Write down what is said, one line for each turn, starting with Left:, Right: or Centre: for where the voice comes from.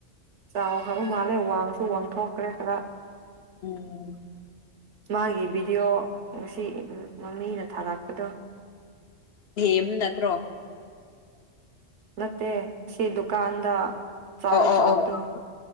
Right: ꯆꯥꯎꯈ꯭ꯔꯕ ꯃꯥꯜꯂꯦ ꯋꯥꯡꯁꯨ ꯋꯥꯡꯊꯣꯛꯈ꯭ꯔꯦ ꯈꯔ
Left: ꯎꯝ
Right: ꯃꯥꯒꯤ ꯚꯤꯗꯤꯌꯣ ꯉꯁꯤ ꯃꯃꯤꯅ ꯊꯥꯔꯛꯄꯗꯣ
Left: ꯗꯦꯝ ꯅꯠꯇ꯭ꯔꯣ
Right: ꯅꯠꯇꯦ ꯁꯤ ꯗꯨꯀꯥꯟꯗ ꯆꯥꯎ
Left: ꯑꯣ ꯑꯣ
Right: ꯆꯥꯕꯗꯨ
Left: ꯑꯣ ꯑꯣ